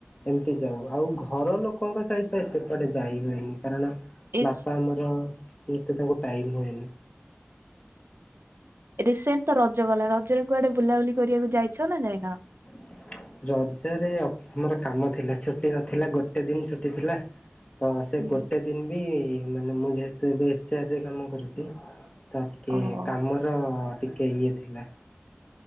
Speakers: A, on the left; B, on the right.
A: ଏମ୍ତି ଯାଉ ଆଉ। ଘର ଲୋକଙ୍କ ସହିତ ଏତେ କୁଆଡ଼େ ଯାଇ ହୁଏନି। କାରଣ
B: ଏଇ
A: ବାପା ଆମର ଏତେ ତାଙ୍କୁ ଟାଇମ୍ ହୁଏନି।
B: ରିସେଣ୍ଟ୍ ତ ରଜ ଗଲା, ରଜରେ କୁଆଡ଼େ ବୁଲାବୁଲି କରିବାକୁ ଯାଇଛ ନା ଯାଇନ?
A: ହ ରଜରେ ମୋର କାମ ଥିଲା ଛୁଟି ନଥିଲା, ଗୋଟେ ଦିନ୍‌ ଛୁଟି ଥିଲା। ତ ସେ
B: ହୁଁ।
A: ଗୋଟେ ଦିନ୍‌ ବି ମାନେ ମୁଁ ଯେହେତୁ ଏବେ ଏଚେଆର୍‌ ଆର କାମ କରୁଚି। ତ ଟିକେ
B: ଓହୋ
A: କାମର ଟିକେ ଇଏ ଥିଲା।